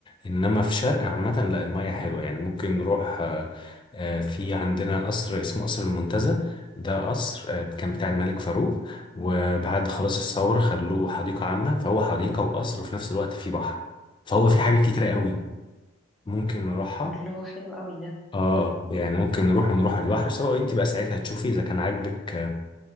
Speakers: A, on the left (about 25°); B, in the centre.
A: إنما في شرق عامة لا المية حلوة يعني ممكن نروح آه، آه، في عندنا قصر اسمه قصر المنتزه ده قصر آه، كان بتاع الملك فاروق وبعد خلاص الثورة خلوه حديقة عامة فهو حديقة وقصر وفي نفس الوقت فيه بحر فهو فيه حاجات كتيرة قوي ممكن نروحها
B: الله حلو قوي ده
A: اه يعني ممكن نروح ونروح على البحر سواء انت بقى ساعتها تشوفي اذا كان عاجبك